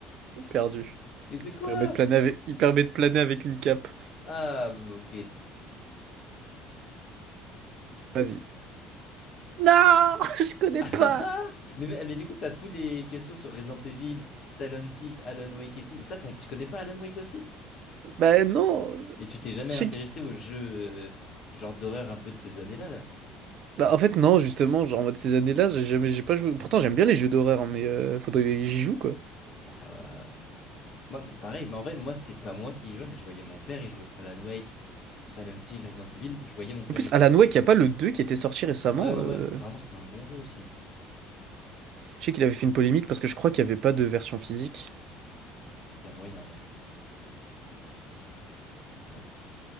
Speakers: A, on the right; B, on the left.
A: Perdu.
B: Mais c'est
A: Ça
B: quoi?
A: permet de planer avec... Il permet de planer avec une cape.
B: Ah, ok.
A: Vas-y. Non! <laughs> Je connais
B: <laughs> Ah,
A: pas!
B: Mais, mais mais du coup, t'as tous les questions sur Resident Evil, Silent Hill, Alan Wake et tout. Ça, t'as- tu connais pas Alan Wake aussi?
A: Bah non!
B: Mais tu t'es jamais
A: Je
B: intéressé
A: sais qui-
B: aux jeux euh, genre d'horreur un peu de ces années-là, là.
A: Bah en fait, non, justement, genre en mode ces années-là, j'ai jamais... j'ai pas joué. Pourtant, j'aime bien les jeux d'horreur, hein, mais euh, faudrait que j'y joue quoi.
B: Bah, ouais. Moi, bah, pareil, mais en vrai, moi, c'est pas moi qui y jouais, mais je voyais mon père y jouer. Alan Wake, Silent Hill, Resident Evil, je voyais mon père
A: En plus,
B: y jouer.
A: Alan Wake, y a pas le 2 qui était sorti récemment.
B: Ouais, ouais,
A: euh,
B: ouais. Apparemment, c'est un bon jeu aussi.
A: Je sais qu'il avait fait une polémique parce que je crois qu'il y avait pas de version physique.
B: Il y a moyen, ouais. Ouais.